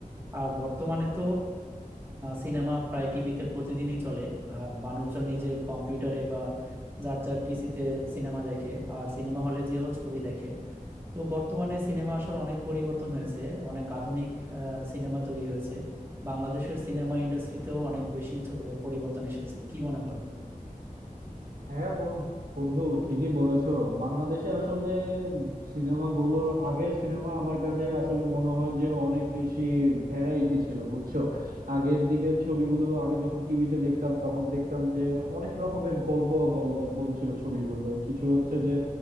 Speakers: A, on the right (about 15°); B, on the right (about 85°).
A: আর বর্তমানে তো সিনেমা প্রায় টিভিতে প্রতিদিনই চলে আর মানুষজন নিজের কম্পিউটারে বা যার যার পিসিতে সিনেমা দেখে আর সিনেমা হলে যেও ছবি দেখে তো বর্তমানে সিনেমা আসলে অনেক পরিবর্তন হয়েছে অনেক আধুনিক সিনেমা তৈরি হয়েছে বাংলাদেশের সিনেমা ইন্ডাস্ট্রিতেও অনেক বেশি চ- পরিবর্তন এসেছে কি মনে করো
B: হ্যাঁ বন- বন্ধু ঠিকই বলেছো বাংলাদেশে আসলে সিনেমাগুলোর আগের সিনেমা আমার কাছে আসলে মনে হয় যে অনেক বেশি ভ্যারাইটি ছিল বুঝছো আগের দিকে ছবিগুলো আগে যখন টিভিতে দেখতাম তখন দেখতাম যে অনেক রকমের গল্প বল বলছিল ছবিগুলো কিছু হচ্ছে যে